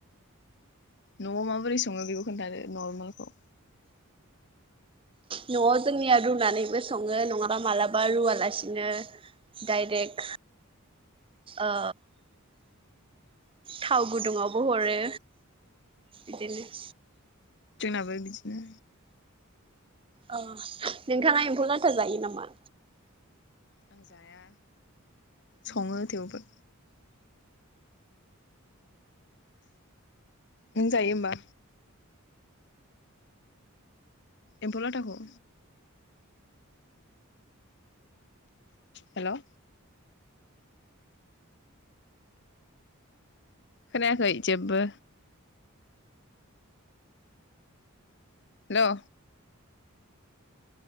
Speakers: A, on the left; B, on the right.
A: न'आव माबोरै संङो बेखौ खोन्थादो नरमालखौ।
B: न'आव जोंनिया रुनानैबो संङो नङाबा मालाबा रुवालासिनो डाइरेक्ट ओ थाव गुदुंङावबो हरो बिदिनो
A: जोंनाबो बिदिनो
B: ओह नोंथांङा एम्फौ लाथा जायो नामा?
A: आं जाया संङो थेवबो। नों जायो ओमबा? एम्फौ लाथाखौ। हेलौ। खोनायाखै जेब्बो। हेलौ।